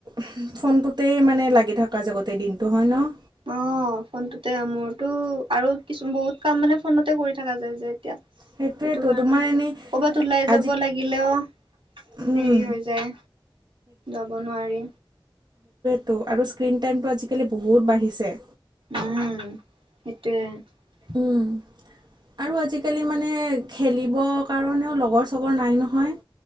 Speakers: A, on the right; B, on the right.
A: ফোনটোত। গোটেই মানে লাগি থকা জেগতে দিনটো হয় ন?
B: অ, ফোনটোতে মোৰতো আৰু কিছু বহুত কাম মানে ফোনতে কৰি থকা যায় যে এতিয়া।
A: সেইটোৱেতো
B: সেটো কাৰণে
A: তোমাৰ এনেই
B: ক'বাত ওলাই
A: আজি
B: যাব লাগিলেও হেৰি
A: উম
B: হৈ যায় যাব নোৱাৰি।
A: তো আৰু স্ক্ৰীণ টাইমটো আজিকালি বহুত বাঢ়িছে।
B: উম সেইটোৱে <inaudible>
A: উম। আৰু আজিকালি মানে খেলিবৰ কাৰণেও লগৰ চগৰ নাই নহয়।